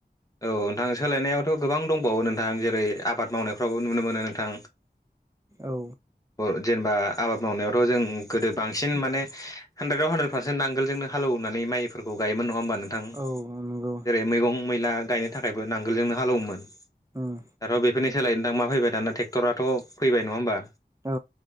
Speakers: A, on the left; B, on the right.
A: औ नोंथां सोलायनायावथ' गोबां दंबावो नोंथां जेरै-आबाद मावनायफ्रावबो नुनो मोनो नोंथां
B: औ
A: ओ जेनेबा आबाद मावनायावथ' जों गोदो बांसिन माने हानद्रेदाव हानद्रेद पारसेन्ट नांगोलजोंनो हालेवनानै माइफोरखौ गायोमोन। नङा होमबा नोंथां?
B: औ नंगौ
A: जेरै- मैगं-मैला गायनो थाखायबो नांगोलजोंनो हालौवोमोन।
B: उम
A: दाथ' बेफोरनि सोलायै नोंथां मा फैबाय दाना टेक्ट'राथ' फैबाय, नङा होमबा?
B: औ